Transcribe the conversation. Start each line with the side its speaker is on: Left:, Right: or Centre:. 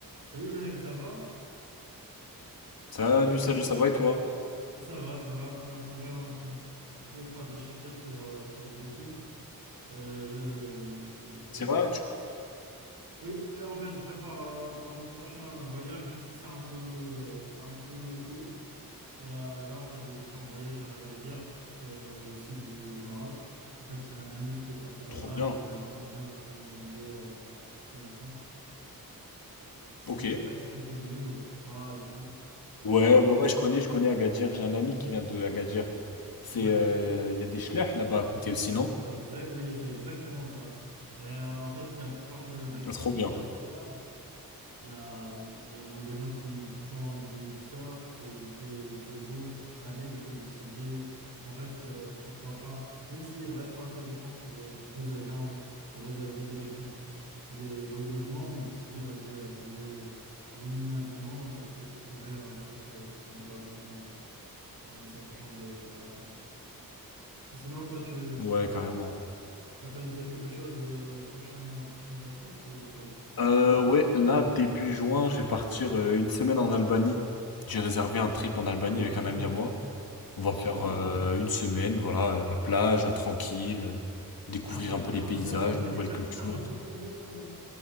Right: Salut mec, ça va?
Left: Salut, salut, ça va et toi?
Right: Ça va, ça va. Tu m'as trouvé un, un peu en train de chercher sur, euh, sur Booking. Euh, je, je
Left: C'est
Right: veux...
Left: Ouais, vrai? tu-
Right: Oui, euh, en fait, je prépare euh, pour mon prochain voyage, même si c'est un peu, euh, c'est un peu tôt. Et euh, là, en fait, je book un voyage à Agadir, c'est au sud du, du Maroc. En fait, il y a un ami qui est parti là-bas
Left: trop bien.
Right: et il m'a bien recommandé euh, la destination. Je
Left: Ok.
Right: ne
Left: Ouais,
Right: sais pas si tu connais ou pas du tout.
Left: ouais, ouais, je Ouais. connais, je connais Agadir. J'ai un ami qui vient de Agadir. C'est,
Right: Ouais.
Left: euh, il y a des schlech là-bas à côté aussi, non?
Right: C'est exact, oui, c'est exactement ça. euh, en fait, il y a plein de- d'activités
Left: Trop bien.
Right: à faire. Il y a, il y a- il y a des gens qui, qui font du, du surf et il fait, il fait beau toute l'année. Du coup, je me suis dit, en fait, euh, pourquoi pas, même s'il reste un peu de temps pour euh, réserver, un- pour réserver les, <laughs> les, le logement, mais je me suis dit, vas-y, euh, vaut mieux, vaut mieux maintenant euh, que de trouver un truc euh, qui n'est pas bon euh, en s'approchant des, des vacances. Sinon, toi, tu
Left: Ouais, carrément.
Right: as planifié quelque chose euh, prochain, prochaines vacances ou pas du tout?
Left: Euh, ouais, là, début juin, je vais partir euh, une semaine en Albanie. J'ai réservé un trip en Albanie
Right: Ah Oui.
Left: avec un ami à moi. On va faire
Right: Ah,
Left: euh, une semaine, voilà, euh, la plage, euh, tranquille, euh, découvrir
Right: ah, c'est bien.
Left: un peu les paysages,
Right: Ah, C'est c'est
Left: nouvelles
Right: quelqu'un
Left: cultures
Right: qui t'a recommandé.
Left: et tout.
Right: euh,